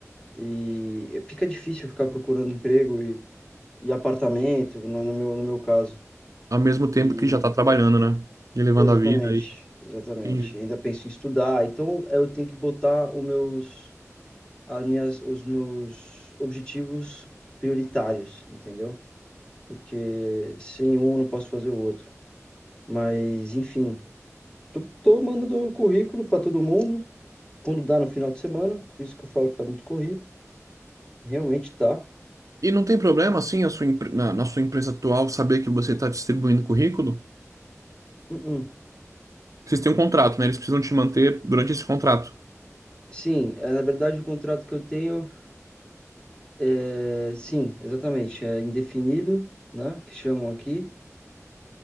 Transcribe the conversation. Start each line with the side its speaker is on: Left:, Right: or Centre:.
Left: E fica difícil ficar procurando emprego e, e apartamento, no no meu, no meu caso.
Right: Ao mesmo
Left: E
Right: tempo que já está trabalhando, né? E levando
Left: exatamente,
Right: a vida aí.
Left: exatamente.
Right: Entendi.
Left: Ainda penso em estudar, então eu tenho que botar os meus, as minhas, os meus objetivos prioritários, entendeu? Porque sem um eu não posso fazer o outro. Mas enfim, tô, tô mandando o currículo para todo mundo quando dá no final de semana, por isso que eu falo que tá muito corrido. Realmente tá.
Right: E não tem problema, assim, a sua, empre- na, na sua empresa atual saber que você está distribuindo currículo?
Left: Uh-uh.
Right: Vocês têm um contrato, né? Eles precisam te manter durante esse contrato.
Left: Sim, é, na verdade o contrato que eu tenho é, sim, exatamente, é indefinido, né? Que chamam aqui.